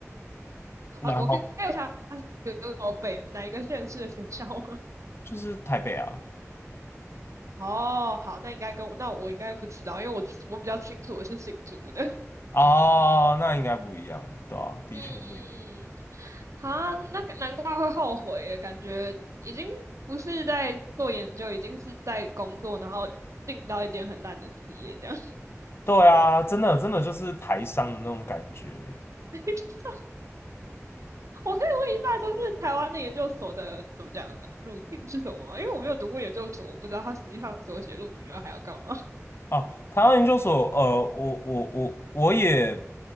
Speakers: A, on the right; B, on the left.
A: 好，
B: 然后
A: 我可以看一下有北哪一个县市的学校吗？
B: 就是台北啊。
A: <laughs> 哦，好，那应该跟我，那我应该不知道，因为我只我比较清楚我是新竹的。<laughs>
B: 哦，那应该不一样，对啊，的确不一样。
A: 嗯嗯嗯，好啊，那个难怪会后悔耶，感觉已经不是在做研究，已经是在工作，然后进到一间很烂的企业这样。
B: 对啊，真的真的就是台商的那种感觉，
A: <laughs> 我可以问一下，就是台湾的研究所的怎么讲路径是什么吗？因为我没有读过研究所，我不知道他实际上所写论文以来还要干嘛。
B: 哦，台湾研究所，呃，我我我我也，